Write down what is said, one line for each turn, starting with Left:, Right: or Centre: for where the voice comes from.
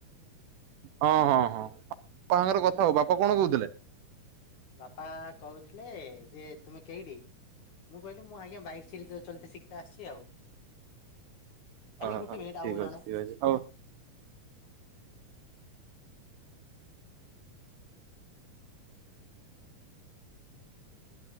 Right: ହଁ ହଁ ହଁ ବାପାଙ୍କର କଥା ହୁଅ ବାପା କଣ କହୁଥିଲେ?
Left: ବାପା କହୁଥିଲେ ଯେ ତୁମେ କେଇଟି? ମୁଁ କହିଲି ମୁଁ ଆଜ୍ଞା ବାଇକ୍ ଚଲିତ ଶିଖତ ଆସିଛି ଆଉ। ଖାଲି
Right: ଅ
Left: ଗୋଟେ
Right: ହ
Left: ମିନିଟ୍
Right: ଠିକ
Left: ଆଉ ଜଣେ
Right: ଅଛି ଠିକ ଅଛି ହଉ